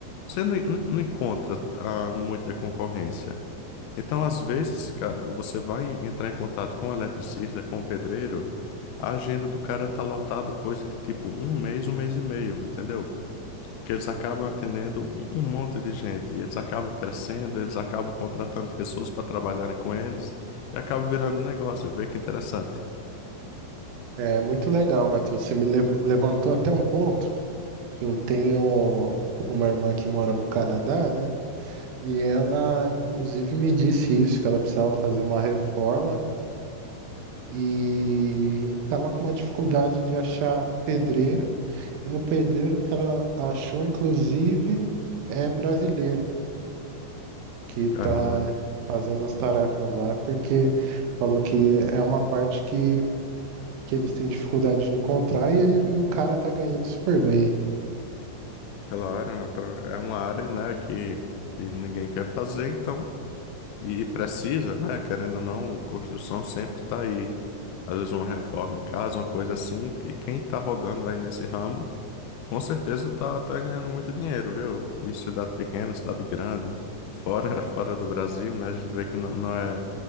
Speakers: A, on the left (about 80°); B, on the right (about 75°).
A: você não, não- não encontra ah, muita concorrência. Então, às vezes, cara, você vai entrar em contato com o eletricista, com o pedreiro, a agenda do cara tá lotado coisa de tipo um mês, um mês e meio, entendeu? Que eles acabam atendendo um um monte de gente, e eles acabam crescendo, eles acabam contratando pessoas para trabalharem com eles, e acaba virando um negócio. Vê que interessante.
B: É muito legal, Matheus. Você me lev- levantou até um ponto eu tenho uma irmã que mora no Canadá, né? E ela, inclusive, me disse isso, que ela precisava fazer uma reforma e estava com uma dificuldade de achar pedreiro. E o pedreiro que ela achou, inclusive, é brasileiro, que está
A: Caramba,
B: fazendo as tarefas lá, porque falou que é uma parte que, que eles têm dificuldade de encontrar e, ele, e o cara tá ganhando super bem.
A: Claro, é outra- é uma área, né, que, que ninguém quer fazer, então, e precisa, né, querendo ou não, construção sempre tá aí. Às vezes uma reforma em casa, uma coisa assim, e quem tá rodando aí nesse ramo com certeza tá, tá ganhando muito dinheiro, viu? Isso, cidade pequena, cidade grande, fora, <laughs> fora do Brasil, né? A gente vê que não, não é